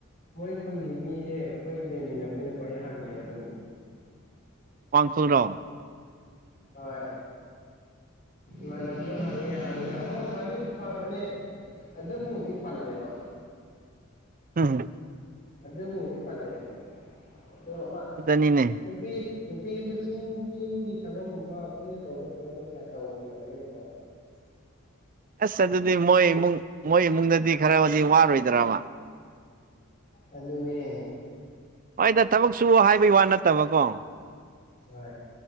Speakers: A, on the left; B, on the right.
A: ꯃꯣꯏ ꯈꯨꯟꯒꯤ ꯃꯤꯁꯦ ꯑꯩꯈꯣꯏ ꯂꯩꯃꯤꯟꯅꯕꯅꯤꯅꯀꯣ ꯑꯩ ꯍꯪꯉꯦꯕ ꯑꯗꯨꯝ
B: ꯄ ꯆ꯭ꯔ
A: ꯍꯣꯏ ꯃꯅꯝꯗꯨꯣ ꯍꯪꯉꯦ ꯍꯪꯉꯦ ꯍꯣꯏ ꯐꯗꯤ ꯐꯕꯅꯦ ꯑꯗꯨ ꯑꯗꯨ ꯃꯕꯨꯗꯤ ꯄꯜꯂꯦꯕ
B: ꯍꯝ
A: ꯑꯗꯨꯗ ꯍꯕꯨꯗꯤ ꯄꯂꯦ ꯑꯗꯣ
B: ꯑꯗꯨꯗꯅꯤꯅꯦ
A: ꯅꯨꯄꯤ ꯅꯨꯄꯤꯗꯨ ꯆꯤꯡ ꯆꯤꯡꯒꯤ ꯊꯕꯛꯀꯨꯝꯕ ꯑꯩꯈꯣꯏꯅ ꯇꯧꯕ ꯊꯕꯛꯇꯣ ꯀꯌꯥ ꯇꯧꯒꯗꯕꯅꯤꯅꯀꯣ <unintelligible>
B: ꯑꯁ ꯑꯗꯨꯗꯤ ꯃꯣꯏ ꯏꯃꯨꯡ ꯃꯣꯏ ꯏꯃꯨꯡꯗꯗꯤ ꯈꯔ ꯍꯧꯖꯤꯛ ꯋꯥꯔꯣꯏꯗ꯭ꯔꯕ
A: ꯑꯗꯨꯅꯦ
B: ꯍꯣꯏꯗ ꯊꯕꯛ ꯁꯨ ꯍꯥꯏꯕꯒꯤ ꯋꯥ ꯅꯠꯇꯕꯀꯣ
A: ꯍ